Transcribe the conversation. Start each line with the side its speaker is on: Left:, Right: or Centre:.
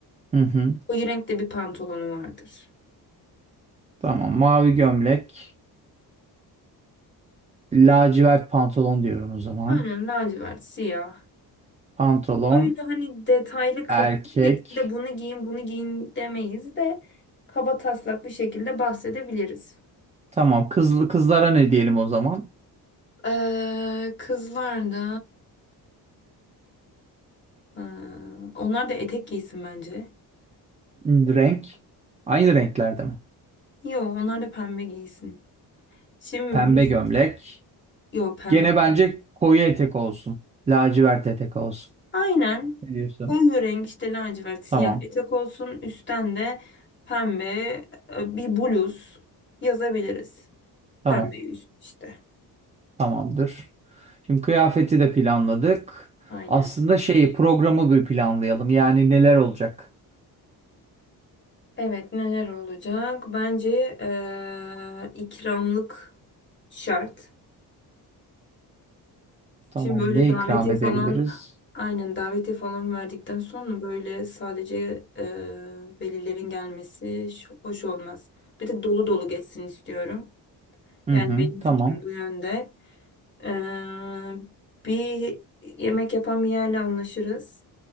Right: Hı hı.
Left: O renkte bir pantolonu vardır.
Right: Tamam. Mavi gömlek. Lacivert pantolon diyorum o zaman.
Left: Aynen lacivert, siyah.
Right: Pantolon.
Left: Öyle hani detaylı katlı
Right: Erkek.
Left: bir şekilde bunu giyin, bunu giyin demeyiz de kaba taslak bir şekilde bahsedebiliriz.
Right: Tamam. Kızlı kızlara ne diyelim o zaman?
Left: Ee, kızlar da Ee, onlar da etek giysin bence.
Right: Hmm, Renk. Aynı renklerde mi?
Left: Yo, onlar da pembe giysin. Şimdi
Right: Pembe
Left: biz
Right: gömlek.
Left: yo pembe
Right: Gene
Left: giymeyiz.
Right: bence koyu etek olsun. Lacivert etek olsun.
Left: Aynen.
Right: Ne diyorsun?
Left: Koyu renk işte lacivert siyah
Right: Tamam.
Left: etek olsun. Üstten de pembe e, bir bluz yazabiliriz. Pembe
Right: Tamam.
Left: üst işte.
Right: Tamamdır. Şimdi kıyafeti de planladık.
Left: Aynen.
Right: Aslında şeyi programı bir planlayalım. Yani neler olacak?
Left: Evet neler olacak? Bence ee, ikramlık şart.
Right: Tamam.
Left: Şimdi böyle
Right: Ne
Left: davetiye
Right: ikram edebiliriz?
Left: falan aynen davetiye falan verdikten sonra böyle sadece e, velilerin gelmesi ş- hoş olmaz. Bir de dolu dolu geçsin istiyorum.
Right: Hı
Left: Yani
Right: hı.
Left: benim fikrim
Right: Tamam.
Left: bu yönde. E, bir yemek yapan bir yerle anlaşırız.